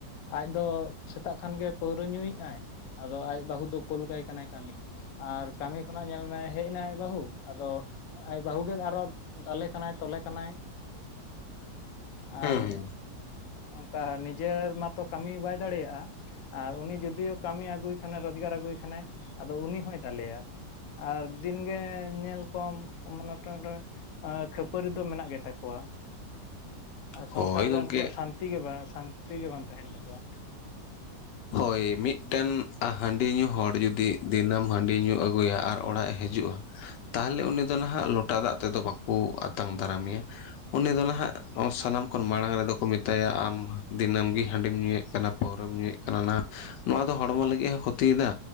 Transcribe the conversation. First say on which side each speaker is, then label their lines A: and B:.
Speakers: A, on the left (about 65°); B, on the left (about 80°).
A: ᱟᱡ ᱫᱚ ᱥᱮᱛᱟᱜ ᱠᱷᱟᱱᱜᱮ ᱯᱟᱹᱣᱨᱟᱹ ᱧᱩᱭᱮᱜᱟᱭ ᱟᱫᱚ ᱟᱡ ᱵᱟᱹᱦᱩ ᱫᱚ ᱠᱳᱞ ᱠᱟᱭ ᱠᱟᱱᱟᱭ ᱠᱟᱹᱢᱤ᱾ ᱟᱨ ᱠᱟᱹᱢᱤ ᱠᱷᱚᱱᱟᱜ ᱧᱮᱞ ᱢᱮ ᱦᱮᱡ ᱱᱟᱭ ᱟᱡ ᱵᱟᱹᱦᱩ ᱟᱫᱚ ᱟᱡ ᱵᱟᱹᱦᱩ ᱜᱮ ᱟᱨᱦᱚ ᱫᱟᱞᱮ ᱠᱟᱱᱟᱭ ᱛᱚᱞᱮ ᱠᱟᱱᱟᱭ᱾
B: ᱦᱩᱸ
A: ᱟᱨ, ᱚᱱᱠᱟ ᱱᱤᱡᱮᱨ ᱢᱟᱛᱚ ᱠᱟᱹᱢᱤ ᱵᱟᱭ ᱫᱟᱲᱮᱭᱟᱜᱼᱟ᱾ ᱟᱨ ᱩᱱᱤ ᱡᱫᱤᱭᱳ ᱠᱟᱹᱢᱤ ᱟᱹᱜᱩᱭ ᱠᱷᱟᱱᱮ ᱨᱳᱡᱽᱜᱟᱨ ᱟᱹᱜᱩᱭ ᱠᱷᱟᱱᱮ ᱟᱫᱚ ᱩᱱᱤ ᱦᱚᱭ ᱫᱟᱞᱮᱭᱟ᱾ ᱟᱨ, ᱫᱤᱱ ᱜᱮ ᱧᱮᱞ ᱠᱚᱢ ᱢᱟᱱᱮ <unintelligible> ᱮᱸ ᱠᱷᱟᱹᱯᱟᱹᱨᱤ ᱫᱚ ᱢᱮᱱᱟᱜ ᱜᱮᱛᱟ ᱠᱚᱣᱟ᱾ ᱟᱨ
B: ᱦᱳᱭ
A: ᱥᱚᱝᱥᱟᱨ ᱨᱮ
B: ᱜᱚᱝᱠᱮ
A: ᱩᱱᱠᱩᱣᱟᱜ ᱥᱟᱱᱛᱤ ᱜᱮ ᱵᱟ ᱥᱟᱱᱛᱤ ᱜᱮ ᱵᱟᱝ ᱛᱟᱦᱮᱱ ᱛᱟᱠᱚᱣᱟ᱾
B: ᱦᱳᱭ ᱢᱤᱫᱴᱮᱱ ᱦᱟᱺᱰᱤ ᱧᱩ ᱦᱚᱲ ᱡᱩᱫᱤ ᱫᱤᱱᱟᱹᱢ, ᱦᱟᱺᱰᱤ ᱧᱩ ᱟᱹᱜᱩᱭᱟ ᱟᱨ ᱚᱲᱟᱜ ᱮ ᱦᱤᱡᱩᱜᱼᱟ᱾ ᱛᱟᱦᱮᱞᱮ ᱩᱱᱤ ᱫᱚ ᱱᱟᱦᱟᱜ ᱞᱚᱴᱟ ᱫᱟᱜ ᱛᱮᱫᱚ ᱵᱟᱠᱚ ᱟᱛᱟᱝ ᱫᱟᱨᱟᱢᱮᱭᱟ ᱩᱱᱤ ᱫᱚ ᱱᱟᱦᱟᱜ ᱥᱟᱱᱟᱢ ᱠᱷᱚᱱ ᱢᱟᱲᱟᱝ ᱨᱮᱫᱚ ᱠᱚ ᱢᱮᱛᱟᱭᱟ ᱟᱢ ᱫᱤᱱᱟᱹᱢ ᱜᱮ ᱦᱟᱺᱰᱤᱢ ᱧᱩᱭᱮᱫ ᱠᱟᱱᱟ ᱯᱟᱹᱣᱨᱟᱹᱢ ᱧᱩᱭᱮᱫ ᱠᱟᱱᱟ ᱱᱚᱣᱟ ᱫᱚ ᱦᱚᱲᱢᱚ ᱞᱟᱹᱜᱤᱫ ᱦᱚᱭ ᱠᱷᱚᱛᱤᱭᱫᱟ᱾